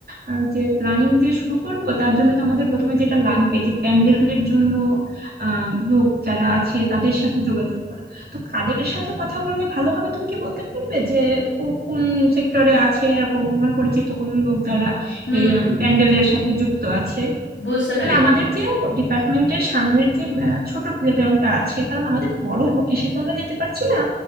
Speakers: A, on the right; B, on the left.
A: আহ, যে প্ল্যানিং যে শুরু করব তার জন্য তো আমাদের প্রথমে যেটা লাগবে যে প্যান্ডেলের জন্য আহ লোক যারা আছে তাদের সাথে যোগাযোগ করা তো কাদের সাথে কথা বললে ভালো হবে তুমি কি বলতে পারবে যে কো- কোন সেক্টরে আছে এরকম তোমার পরিচিত কোনো লোক যারা
B: হুম
A: এই প্যান্ডেলের সাথে যুক্ত আছে
B: বুঝতে পেরেছি
A: মানে আমাদের যে ডিপার্টমেন্টের সামনের যে আহ, ছোট প্লেগ্রাউন্ডটা আছে কারণ আমাদের বড় হ- এসে তো আমরা যেতে পারছি না